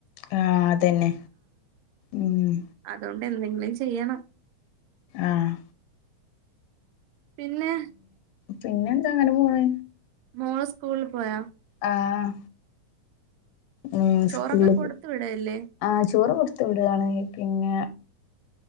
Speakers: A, on the left; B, on the right.
A: ആ അതന്നെ ഉം
B: അതോണ്ട് എന്തെങ്കിലും ചെയ്യണം
A: ആഹ്
B: പിന്നെ
A: പിന്നെ എന്താ അങ്ങനെ പോണ്
B: മോള് സ്കൂളിൽ പോയാ
A: ആഹ ഉം
B: ചോറൊക്കെ
A: സ്കൂള്ക്
B: കൊടുത്തു വിടല്ലേ
A: ആ ചോറ് കൊടുത്തു വിടലാണ് പിന്നെ